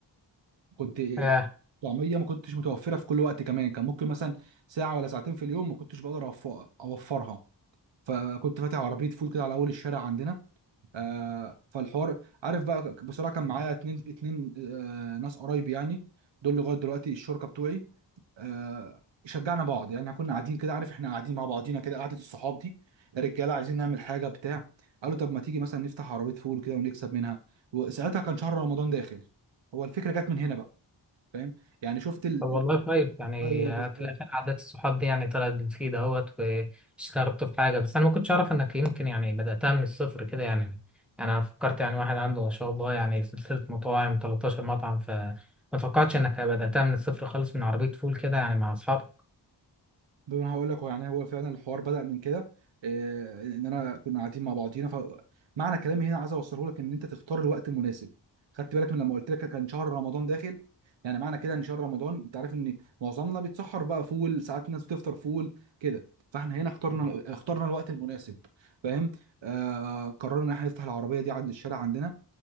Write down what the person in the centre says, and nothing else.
آه،
طب والله كويس يعني
آه،
في الاخر عادات الصحاب دي يعني طلعت بتفيد اهوت واشتركت في حاجه بس انا ما كنتش اعرف انك يمكن يعني بداتها من الصفر كده يعني انا فكرت يعني واحد عنده ما شاء الله يعني سلسله مطاعم 13 مطعم فما توقعتش انك بداتها من الصفر خالص من عربيه فول كده يعني مع اصحابك